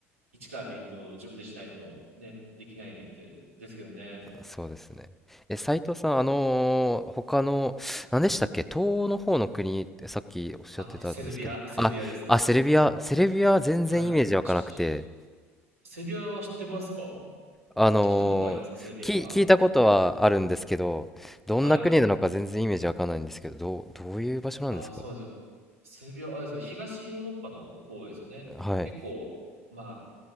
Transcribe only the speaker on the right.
一から勉強を自分でしないとね、できないけどですけどね。
あ、セルビア、セルビアです。はい。しセルビアは知ってますか
聞いたことありますかセルビアは。
はい。
あ、そうなんですよ。セルビア、あれですよ。東ヨーロッパの方ですよね。
結構、ま